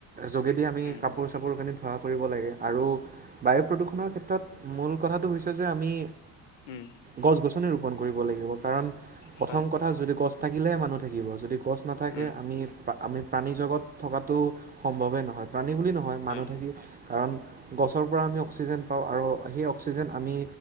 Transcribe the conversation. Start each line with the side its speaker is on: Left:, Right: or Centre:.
Right: যোগেদি আমি
Left: উম
Right: কাপোৰ চাপোৰ কানি ধোঁৱা কৰিব লাগে আৰু বায়ু প্ৰদূষণৰ ক্ষেত্ৰত মূল কথাটো হৈছে যে আমি,
Left: উম
Right: গছ গছনি কৰিব লাগিব কাৰণ প্ৰথম
Left: হয়,
Right: কথা যদি গছ থাকিলেহে মানুহ থাকিব যদি গছ নাথাকে
Left: উম,
Right: আমি আমি প্ৰাণী জগত থকাটো সম্ভৱেই নহয় প্ৰাণী বুলি নহয়
Left: হয়,
Right: মানুহ থাকি কাৰণ গছৰ পৰা আমি অক্সিজেন পাওঁ, আৰু সেই অক্সিজেন আমি